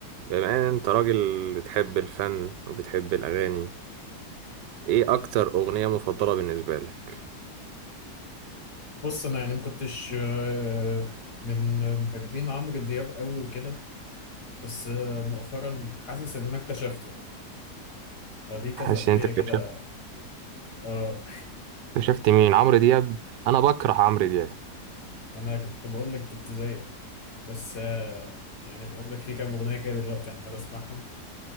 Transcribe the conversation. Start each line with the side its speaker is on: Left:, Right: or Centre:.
Right: بما ان انت راجل بتحب الفن وبتحب الاغاني ايه اكتر اغنية مفضلة بالنسبة لك
Left: بص انا يعني ما كنتش آه، من محبين عمرو دياب قوي وكده بس آه، مؤخرا حاسس ان انا اكتشفته يعني فدي كذا
Right: حاسس
Left: اغنيه
Right: ان انت اكتشفت
Left: كده اه
Right: اكتشفت مين عمرو دياب انا بكره عمرو دياب
Left: ما انا كنت بقول لك كنت زيك بس آه، يعني بقول لك في كام اغنيه كده دلوقتي عمال اسمعهم